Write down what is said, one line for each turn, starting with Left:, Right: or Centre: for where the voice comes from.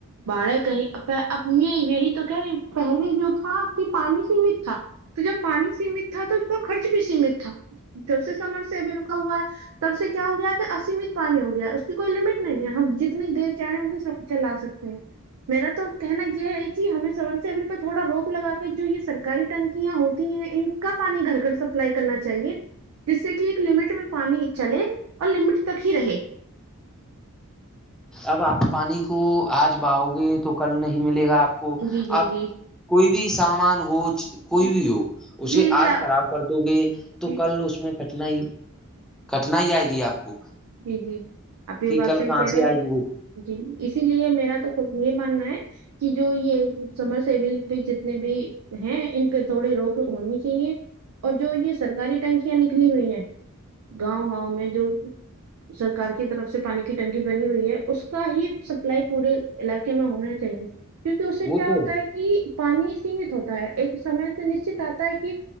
Right: بڑے کہیں اب یہ یہی تو کہ رہی پہلے جو تھا کہ پانی سیمت تھا تو جب پانی سیمت تھا تو اس کا خرچ بھی سیمت تھا جب سے سمر سے بل کا ہوا ہے تب سے کیا ہو گیا کہ آسمیت پانی ہو گیا ہے اس کی کوئی لمٹ نہیں ہے ہم جتنی دیر چاہیں ہیں اسے سب چلا سکتے ہیں میرا تو کہنا یہ ہے کہ ہمیں سمر سبل پر تھوڑا روک لگا کے جو یہ سرکاری ٹنگ کیاں ہوتی ہیں ان کا پانی گھر گھر سپلائی کرنا چاہیے جس سے کہ ایک لمٹ میں پانی چلے اور لمٹ تک ہی رہے
Centre: اب آپ پانی کو آج باؤ گے تو کل نہیں ملے گا آپ کو
Right: جی جی
Centre: آپ
Right: جی
Centre: کوئی بھی سامان ہو کوئی
Right: جی
Centre: بھی ہو اسے
Right: جی جی
Centre: آج
Right: آپ
Centre: خراب کر دو گے تو
Right: جی
Centre: کل اس میں کٹنائی کٹنائی آئے گی آپ کو
Right: جی جی آپ یہ
Centre: کہ
Right: بات
Centre: کل
Right: صحیح
Centre: کہاں
Right: کہہ
Centre: سے
Right: رہے ہو
Centre: آئے گی وہ
Right: جی اسی لیے میرا تو خود یہ ماننا ہے کہ جو یہ سمجھ سبل پ جتنے بھی ہیں ان پہ تھوڑی روک ہونی چاہیے اور جو یہ سرکاری ٹنکیاں نکلی ہوئی ہیں گاؤں گاؤں میں جو سرکار کی طرف سے پانی کی ٹنکی بنی ہوئی ہے اس کا ہی سپلائی پورے علاقے میں ہونا چاہیے کیونکہ اس سے
Centre: وہ
Right: کیا
Centre: تو
Right: ہوتا ہے کہ پانی سیمت ہوتا ہے ایک سمے سے نشچت آتا ہے کہ